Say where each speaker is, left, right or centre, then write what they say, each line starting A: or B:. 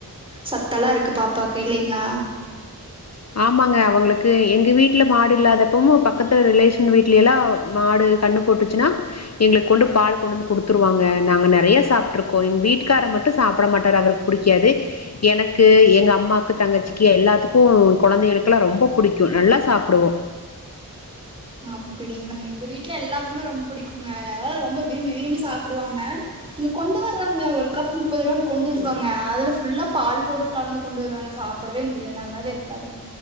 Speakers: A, on the right; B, on the left.
A: சத்தல்லா இருக்கு பாப்பாக்கு இல்லைங்க்ளா
B: ஆமாங்க அவங்ளுக்கு எங்க வீட்ல மாடு இல்லாதப்பமு பக்கத்து ரிலேஷன் வீட்ல எல்லா மாடு கண்னு போட்டுச்சுன்னா எங்ளுக் கொண்டு பால் கொண்டுந்து குடுத்துருவாங்க நாங்க நறைய சாப்ட்ருக்கோ எங்க வீட்டு்கார மட்டு சாப்பட மாட்டாரு அவரு புடிக்காது எனக்கு எங்க அம்மாக்கு தங்கச்சிக்கு எல்லாத்துக்கு கொழந்தைகளுக்லா ரொம்போ புடிக்கு நல்லா சாப்டுவோ
A: அப்பிடிங்ளா எங்க வீட்ல எல்லாத்துமே ரொம்ப புடிக்குங்க அதாவது ரொம்ப விரும்பி விரும்பி சாப்டுவாங்க இங்க கொண்டு வர்றாங்க ஒரு கப் முப்பது ரூவான் கொண்டு இருப்பாங்க அதுல ஃபுல்லா பால் பவுட்ரு கலந்து கொண்டு வருவாங்க சாப்படவே முடியாது நல்லாவே இருக்காதுங்